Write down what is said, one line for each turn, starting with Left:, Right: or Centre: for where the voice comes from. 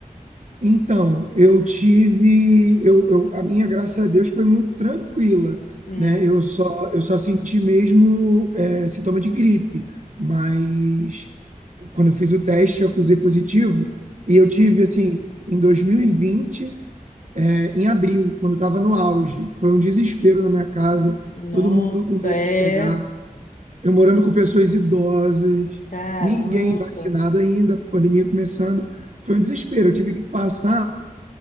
Right: Então, eu tive, eu, eu- a minha, graças a Deus, foi muito tranquila,
Left: Hum,
Right: né? Eu só, eu só senti mesmo é, sintoma de gripe, mas quando eu fiz o teste, eu acusei positivo e eu tive, assim, em 2020 é, em abril, quando estava no auge. Foi um desespero na minha casa,
Left: nossa,
Right: todo mundo com medo
Left: é.
Right: de pegar. Eu morando com pessoas idosas,
Left: Caramba.
Right: ninguém vacinado ainda, a pandemia começando. Foi um desespero. Eu tive que passar